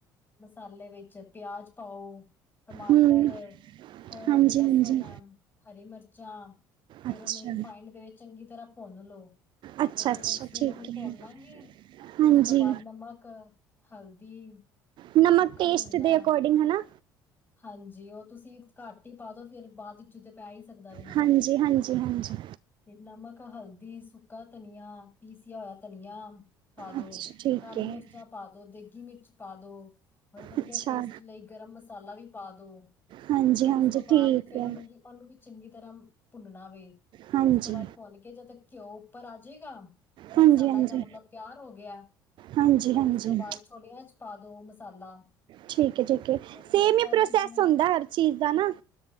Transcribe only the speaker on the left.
ਮਸਾਲੇ ਵਿੱਚ ਚ ਪਿਆਜ ਪਾਓ, ਟਮਾਟਰ,
ਥੌਮ,
ਲਸਨ
ਹਰੀ ਮਿਰਚਾਂ ਫੇਰ
ਉਹਨੂੰ ਰਿਫਾਈੰਡ ਦੇ ਵਿੱਚ ਚੰਗੀ ਤਰ੍ਹਾਂ ਭੁੰਨ ਲੋ,
ਫੇਰ ਜਦੋਂ
ਅਸੀਂ
ਉਹਨਾ ਨੂੰ ਭੁੰਨ
ਲਾਂਗੇ
ਉਸ ਤੋਂ ਬਾਅਦ ਨਮਕ, ਹਲਦੀ
ਸੁੱਕਾ
ਧਨੀਆ
ਹਾਂਜੀ, ਉਹ ਤੁਸੀਂ ਘੱਟ ਹੀ ਪਾ ਦੋ ਫਿਰ ਬਾਅਦ ਵਿੱਚੋਂ ਤੇ ਪੈ ਹੀ ਸਕਦਾ ਵ ਨਮਕ
ਤੇ ਨਮਕ, ਹਲਦੀ, ਸੁੱਕਾ ਧਨੀਆ, ਪੀਸਿਆ ਹੋਇਆ ਧਨੀਆ। ਪਾ ਦੋ,
ਕਾਲੀ
ਮਿਰਚਾਂ ਪਾ ਦੋ, ਦੇਗੀ ਮਿਰਚ ਪਾ ਦੋ, ਹੋਰ ਵਧੀਆ
ਟੇਸਟ ਲਈ ਗਰਮ ਮਸਾਲਾ ਵੀ ਪਾ ਦੋ
ਫੇਰ,
ਉਸ ਤੋਂ
ਬਾਅਦ ਫੇਰ
ਉਹਨੂੰ ਵੀ ਉਹਨੂੰ ਵੀ ਚੰਗੀ ਤਰਾਂ ਭੁੰਨਣਾ ਵੇ,
ਉਸ ਤੋਂ ਬਾਅਦ ਭੁੰਨ ਕੇ ਜਦੋਂ ਘਿਓ ਉੱਪਰ ਆ ਜੇਗਾ ਤੇ
ਮਸਾਲਾ
ਦਾ ਮਤਲਬ ਤਿਆਰ ਹੋ ਗਿਆ,
ਫੇਰ
ਉਸ ਤੋਂ ਬਾਅਦ ਛੋਲਿਆਂ ਚ ਪਾ ਦੋ ਮਸਾਲਾ
ਫਿਰ ਦੋ
ਚਾਰ
ਸੀਟੀਆਂ